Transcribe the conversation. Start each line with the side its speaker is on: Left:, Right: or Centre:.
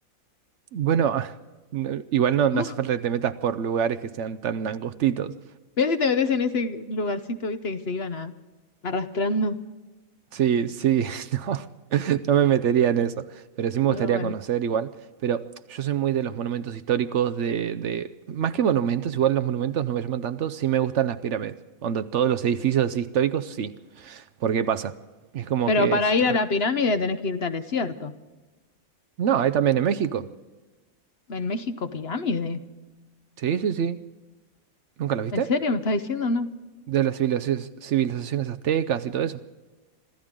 Right: Bueno, <laughs> no- igual no,
Left: <laughs>
Right: no hace falta que te metas por lugares que sean tan angostitos.
Left: Mira si te metes en ese lugarcito, viste, que se iban a, arrastrando.
Right: Sí, sí, <laughs> no, no me metería en eso, pero sí me gustaría
Left: No, bueno.
Right: conocer igual. Pero yo soy muy de los monumentos históricos, de, de- más que monumentos, igual los monumentos no me llaman tanto, sí me gustan las pirámides, donde todos los edificios así históricos, sí. ¿Por qué pasa? Es como
Left: Pero
Right: que
Left: para
Right: es...
Left: ir
Right: re-
Left: a la pirámide tenés que irte al desierto.
Right: No, hay también en México.
Left: En México, pirámide.
Right: Sí, sí, sí. ¿Nunca las viste?
Left: ¿En serio me estás diciendo? No.
Right: De las civilizaciones, civilizaciones aztecas y todo eso.